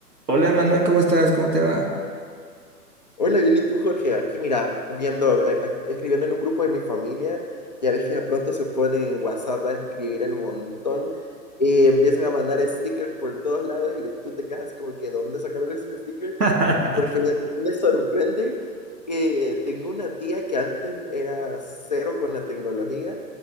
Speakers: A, on the right; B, on the left.
A: Hola Manuel, ¿cómo estás? ¿Cómo te va?
B: Hola, bien, ¿y tú, Jorge? Aquí, mira, viendo, eh, eh, escribiendo en un grupo de mi familia, ya ves que de pronto se ponen en WhatsApp a escribir el montón, eh, empiezan a mandar stickers por todos lados y tú te quedas así como que, ¿dónde sacaron esos stickers?
A: <laughs>
B: Porque me, me sorprende que tengo una tía que antes era cero con la tecnología,